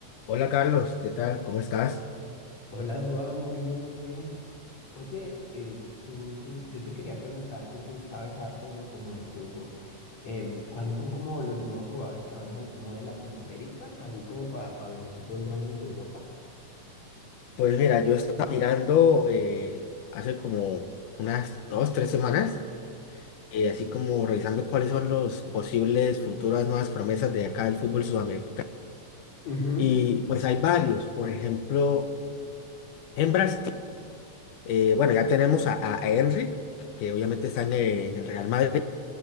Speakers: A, on the left (about 75°); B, on the left (about 55°).
A: Hola Carlos, ¿qué tal? ¿Cómo estás?
B: Hola, Dua, muy bien, muy bien. Oye, eh, tú, tú, yo te quería preguntar que tú sabes harto como de fútbol. em, ¿cuáles son como los nuevos jugadores que van a salir como de Latinoamérica, así como para los equipos grandes de Europa?
A: Pues mira, yo estaba mirando eh, hace como unas dos, tres semanas, eh, así como revisando cuáles son los posibles futuras nuevas promesas de acá del fútbol sudamericano.
B: Ujú,
A: Y pues hay varios, por ejemplo, en Brasil, eh, bueno, ya tenemos a, a a Henry, que que obviamente está en, eh, en el Real Madrid,